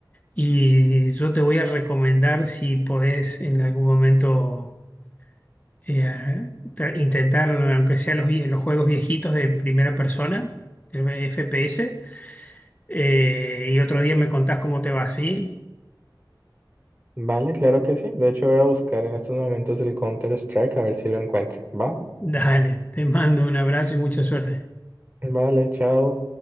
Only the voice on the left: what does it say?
y yo te voy a recomendar si podés en algún momento eh, tra- intentar, aunque sea los, vie- los juegos viejitos de primera persona, el FPS, eh, y otro día me contás cómo te va, ¿sí?
Dale, te mando un abrazo y mucha suerte.